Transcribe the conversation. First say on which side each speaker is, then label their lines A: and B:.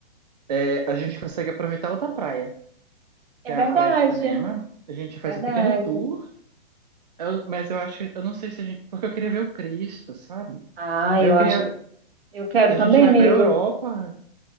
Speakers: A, on the right; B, on the right.
A: é, a gente consegue aproveitar outra praia,
B: É
A: que é
B: verdade.
A: a Praia de Ipanema.
B: é
A: A gente faz
B: Verdade.
A: um pequeno tour, eu- mas eu acho que, eu não sei se a gente, porque eu queria ver o Cristo, sabe?
B: Ah,
A: Aí
B: eu
A: eu queria,
B: acho. Eu quero
A: a
B: também,
A: gente vai
B: amigo.
A: pra Europa,